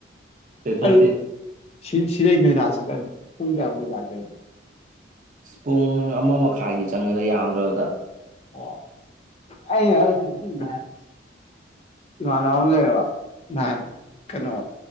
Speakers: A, on the left; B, on the right.
A: <unintelligible>
B: ꯄ꯭ꯂꯦꯠꯐꯣꯝꯁꯦ
A: ꯄꯨꯡ ꯀꯥꯌꯥꯃꯨꯀꯀꯤ ꯆꯥꯡ ꯆꯪꯏ꯫
B: ꯄꯨꯡ ꯑꯃ ꯃꯈꯥꯏꯗꯤ ꯆꯪꯉꯦꯗ ꯌꯥꯝꯗ꯭ꯔꯕꯗ
A: ꯑꯣ ꯑꯩ ꯏ <unintelligible> ꯏꯃꯥꯅꯥꯕ ꯑꯃ ꯂꯩꯌꯦꯕ ꯅꯍꯥꯟ ꯀꯩꯅꯣ